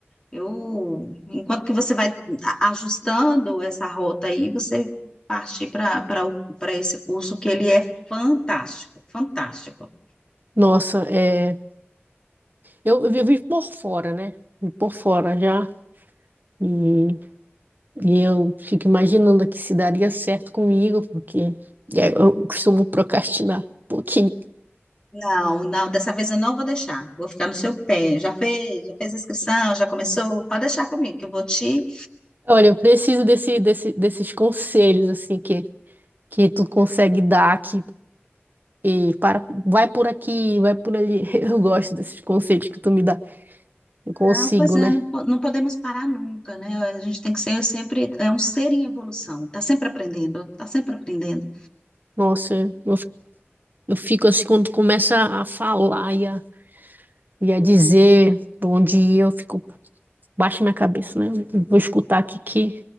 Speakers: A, on the left; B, on the right.
A: Eu, enquanto que você vai a- ajustando essa rota aí, você parte para para esse curso que ele é fantástico, fantástico.
B: Nossa, é, eu, eu vivo por fora, né? Vivo por fora já. E E eu fico imaginando aqui se daria certo comigo, porque é, eu costumo procrastinar um pouquinho.
A: Não, não, dessa vez eu não vou deixar. Vou ficar no seu pé. Já fez, já fez a inscrição, já começou. Pode deixar comigo, que eu vou te.
B: Olha, eu preciso desse, desse- desses conselhos, assim, que, que tu consegue dar, que e para, vai por aqui, vai por ali. <laughs> Eu gosto desses conselhos que tu me dá. Eu consigo,
A: Não, pois é,
B: né?
A: não, po- não podemos parar nunca, né? A gente tem que ser sempre, é um ser em evolução. Tá sempre aprendendo, tá sempre aprendendo.
B: Nossa, eu, f- eu fico assim, quando tu começa a falar e a, e a dizer pra onde ir, eu fico, baixo minha cabeça, né? Eu Vou escutar aqui que